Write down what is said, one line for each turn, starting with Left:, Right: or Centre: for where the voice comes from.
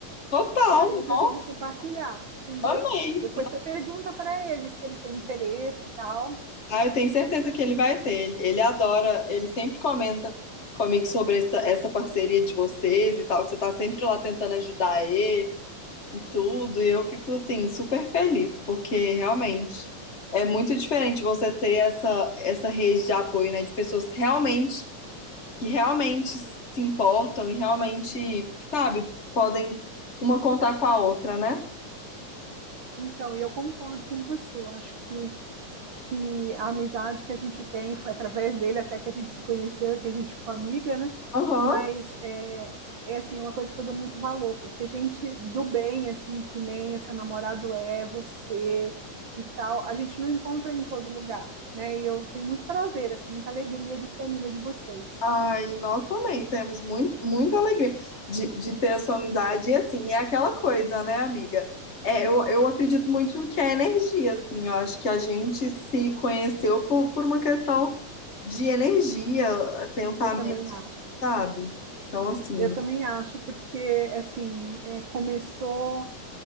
Left: total,
Right: que aí eu
Left: nossa,
Right: resolvi compartilhar, entendeu?
Left: amei.
Right: Depois você pergunta para ele se ele tem interesse e tal.
Left: Ah, eu tenho certeza que ele vai ter. Ele, ele adora, ele sempre comenta comigo sobre essa, essa parceria de vocês e tal, que você tá sempre lá tentando ajudar ele e tudo. E eu fico, assim, super feliz, porque realmente é muito diferente você ter essa, essa rede de apoio, né, de pessoas realmente, que realmente se importam e realmente, sabe, podem uma contar com a outra, né?
Right: Então, e eu concordo com você. Eu acho que, que a amizade que a gente tem foi através dele até que a gente se conheceu e que a gente ficou amiga, né?
Left: Aham.
Right: Mas é, é assim, é uma coisa que eu dou muito valor, porque gente do bem, assim, que nem o seu namorado é, você e tal, a gente não encontra em todo lugar, né? E eu tenho muito prazer, assim, muita alegria de ser amiga de vocês.
Left: Ai, nós também temos muito, muita alegria de, de ter a sua amizade. E assim, é aquela coisa, né, amiga? É, eu, eu acredito muito no que é energia, assim. Eu acho que a gente se conheceu por, por uma questão de energia, pensamento,
Right: Eu também acho.
Left: sabe? Então, assim,
Right: Eu também acho, porque assim, é, começou